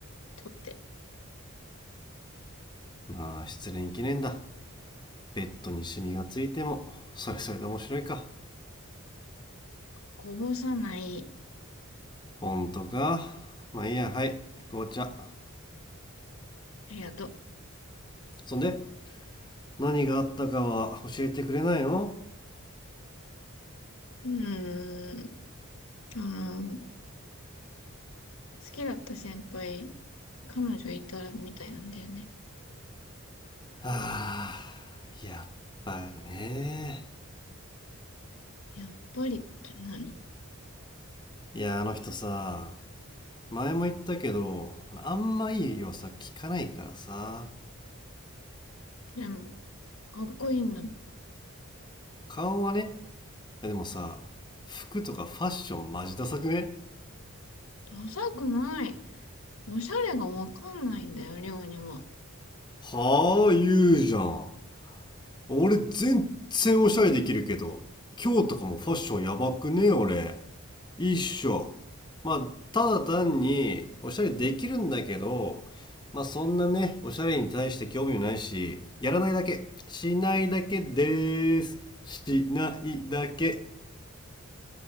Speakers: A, on the left (about 75°); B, on the left (about 20°).
A: 取って。
B: まあ、失恋記念だ。ベッドにシミがついても、それそれで面白いか。
A: こぼさない。
B: ほんとかまあいいやはい紅茶
A: ありがと
B: そんで何があったかは教えてくれないの
A: う。うーん。あの、好きだった先輩彼女いたらみたいなんだよね。
B: はあやっぱりね
A: やっぱりって何
B: いやあの人さ前も言ったけどあんまいい噂聞かないからさ
A: でも、かっこいいんだ。
B: 顔はねいやでもさ服とかファッションマジダサくね
A: ダサくない。おしゃれがわかんないんだよ、りょうにも
B: はあ言うじゃん俺全然おしゃれできるけど今日とかもファッションやばくね俺一緒。まあ、ただ単に、おしゃれできるんだけど、まあ、そんなね、おしゃれに対して興味もないし、やらないだけ。しないだけでーす。しないだけ。